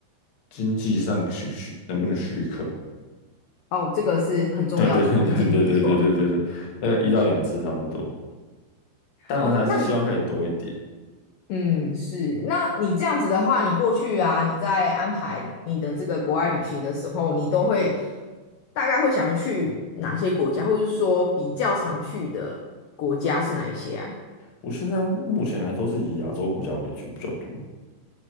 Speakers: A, on the left (about 45°); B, on the left (about 70°).
A: 经济上许许能不能许可。<laughs>
B: 哦，这个是很重要的关键，
A: 对对对对对对对对对对大概一到两次差不多。
B: 没错。
A: 当然还是希望可以多一点。
B: 哦，那你，嗯，是，那你这样子的话，你过去啊，你在安排你的这个国外旅行的时候，你都会大概会想要去哪些国家，或者是说比较常去的国家是哪一些啊？
A: 我现在目前还都是以亚洲国家为主比较多。